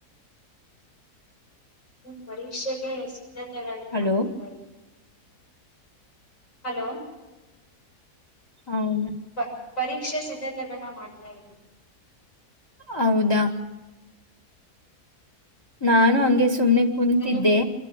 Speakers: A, on the left; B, on the left.
A: ಪರೀಕ್ಷೆಗೆ ಸಿದ್ಧತೆಗ <unintelligible>
B: ಹಲೋ
A: ಹಲೋ
B: ಹೌದು
A: ಪ ಪರೀಕ್ಷೆ ಸಿದ್ಧತೆಗಳನಾ ಮಾಡ್ತಾ ಇದ್ದೆ
B: ಹೌದಾ ನಾನು ಹಂಗೆ ಸುಮ್ನೆ ಕುೂಂತಿದ್ದೆ
A: ನಿಮ್ಮ